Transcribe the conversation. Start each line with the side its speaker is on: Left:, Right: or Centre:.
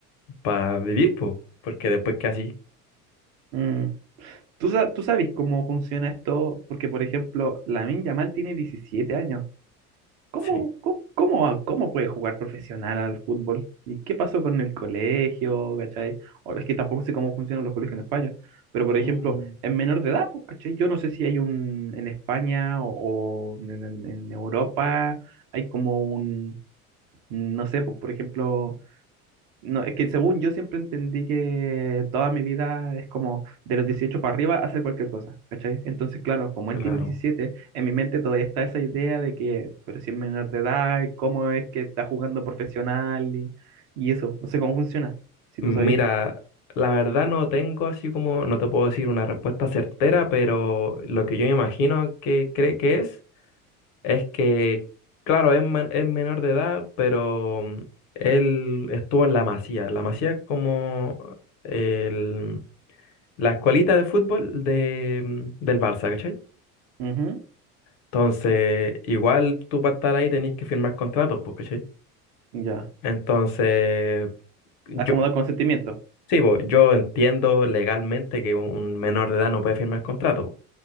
Left: para vivir, pues. Porque después que así,
Right: mm. ¿Tú, sa- tú sabes cómo funciona esto? Porque, por ejemplo, Lamine Yamal tiene 17 años. ¿Cómo,
Left: sí,
Right: cómo, cómo, ah, cómo puede jugar profesional al fútbol? ¿Y qué pasó con el colegio, cachai? O es que tampoco sé cómo funcionan los colegios en España, pero, por
Left: Mm,
Right: ejemplo, en menor de edad, pues, cachai, yo no sé si hay un en España o, o en en- en Europa hay como un, no sé, pues, por ejemplo No, es que según yo siempre entendí que toda mi vida es como de los 18 para arriba hacer cualquier cosa, ¿cachai? Entonces, claro, como
Left: claro.
Right: él tiene 17 en mi mente todavía está esa idea de que, pero si es menor de edad, ¿cómo es que está jugando profesional y, y eso? No sé cómo funciona, si
Left: Mira,
Right: tú sabes.
Left: la verdad no tengo así como, no te puedo decir una respuesta certera, pero lo que yo me imagino que cree que es. es que, claro, es, men- es menor de edad, pero mm, él estuvo en La Masía. La Masía es como el- la escuelita de fútbol de, mm, del Barça, ¿cachai?
Right: Ujú,
Left: Entonces, igual tú para estar ahí tenés que firmar contratos, pues, ¿cachai?
Right: Ya.
Left: Entonces, yo,
Right: Estás como del consentimiento.
Left: sí, pues, yo entiendo legalmente que un un menor de edad no puede firmar contrato.